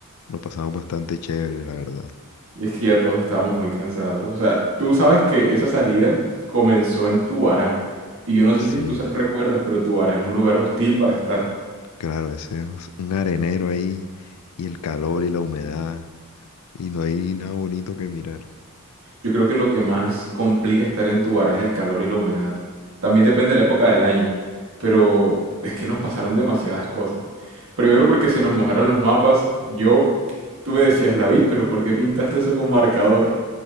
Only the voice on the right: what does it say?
Y es que ya todos estábamos muy cansados. O sea, tú sabes que esa salida comenzó en Tubará. Y yo no sé
si tú sa- recuerdas, pero Tubará es un lugar hostil para estar.
Yo creo que lo que más complica estar en Tubará es el calor y la humedad. También depende de la época del año. Pero es que nos pasaron demasiadas cosas. Primero porque se nos mojaron los mapas. Yo, tú me decías, David, pero ¿por qué pintaste eso con marcador?